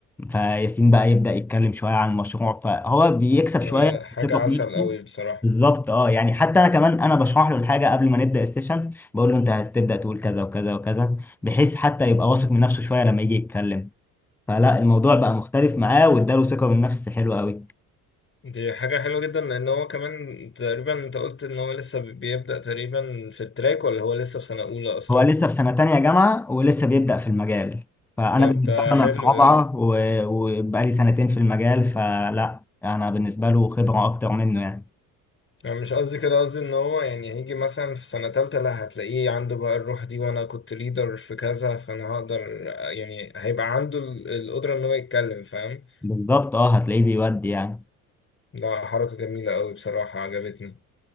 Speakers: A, in the centre; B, on the left.
A: فياسين بقى يبدأ يتكلم شوية عن المشروع فهو بيكسب
B: ده
A: شوية
B: حاجة
A: ثقة
B: عسل
A: في نفسه
B: أوي بصراحة
A: بالظبط اه يعني حتى انا كمان انا بشرح له الحاجة قبل ما نبدأ السيشن بقول له انت هتبدأ تقول كذا وكذا وكذا بحيث حتى يبقى واثق من نفسه شوية لما يجي يتكلم فلا الموضوع بقى مختلف معاه واداله ثقة بالنفس حلوة قوي
B: دي حاجة حلوة جدا لأن هو كمان تقريبا أنت قلت إن هو لسه بيبدأ تقريبا في التراك ولا هو لسه في سنة أولى أصلا
A: هو لسه في سنة تانية جامعة ولسه بيبدأ في المجال فأنا
B: طب
A: بالنسبة
B: ده
A: لي
B: حلو
A: أنا في رابعة و- وبقالي سنتين في المجال فلا أنا بالنسبة له خبرة أكتر منه يعني
B: انا مش قصدي كده قصدي ان هو يعني هيجي مثلا في سنة تالتة لا هتلاقيه عنده بقى الروح دي وانا كنت ليدر في كذا فانا هقدر يعني هيبقى عنده ال- القدرة ان هو يتكلم فاهم
A: بالظبط أه هتلاقيه بيودي يعني
B: ده حركة جميلة قوي بصراحة عجبتني